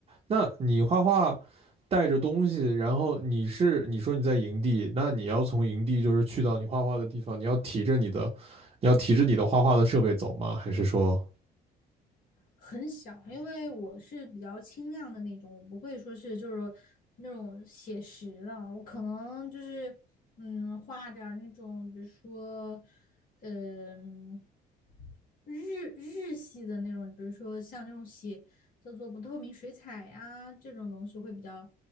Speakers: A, on the right; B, on the left.
A: 那你画画带着东西，然后你是你说你在营地，那你要从营地就是去到你画画的地方，你要提着你的，你要提着你的画画的设备走吗？还是说，
B: 很小，因为我是比较清亮的那种，我不会说是就是那种写实的，我可能就是嗯画点儿那种，比如说嗯、日日系的那种，比如说像那种写叫做不透明水彩呀这种东西会比较